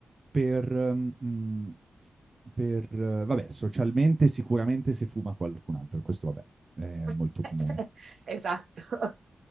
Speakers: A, on the right; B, on the right.
A: per, mm, per, eh, vabbè, socialmente sicuramente se fuma qualcun altro, questo vabbè,
B: <laughs>
A: è molto comune.
B: Esatto. <laughs>